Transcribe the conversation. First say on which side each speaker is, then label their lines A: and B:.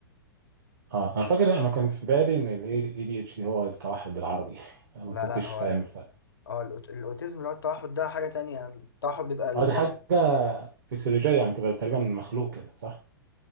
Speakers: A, on the right (about 65°); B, on the left (about 80°).
A: اه انا فاكر انا كان في بالي ان الاي دي اتش دي هو التوحد بالعربي <laughs> فما
B: لا
A: كنتش
B: لا هو
A: فاهم
B: ال-
A: الفرق
B: اه الأوت- الاوتيزم اللي هو التوحد ده حاجة تانية يعني التوحد بيبقى الولد
A: اه دي حاجه فسيولوجيه يعني تبقى تقريبا مخلوق كده صح